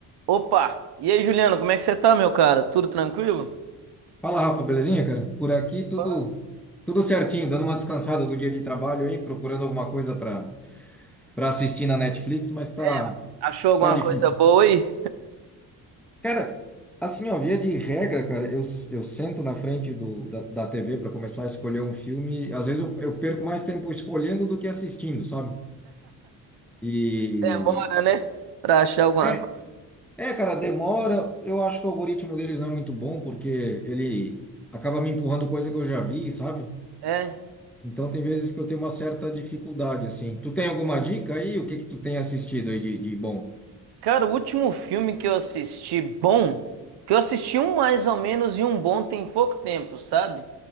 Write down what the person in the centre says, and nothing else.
Fala, Rafa, belezinha, cara? Por aqui tudo
tudo certinho, dando uma descansada do dia de trabalho aí, procurando alguma coisa para para assistir na Netflix, mas tá
tá difícil.
Cara, assim, ó, via de regra, cara, eu, eu sento na frente do, da, da TV para começar a escolher um filme, às vezes eu, eu perco mais tempo escolhendo do que assistindo, sabe? E
é
é, cara, demora. Eu acho que o algoritmo deles não é muito bom, porque ele acaba me empurrando coisa que eu já vi, sabe?
Então tem vezes que eu tenho uma certa dificuldade, assim. Tu tem alguma dica aí? O que que tu tem assistido aí de, de bom?